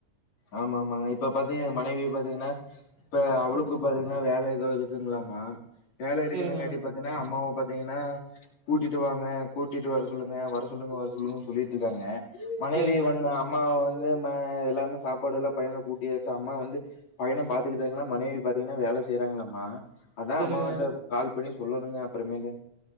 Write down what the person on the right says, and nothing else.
சேரிங்க
சேரிங்க
சேரிங்க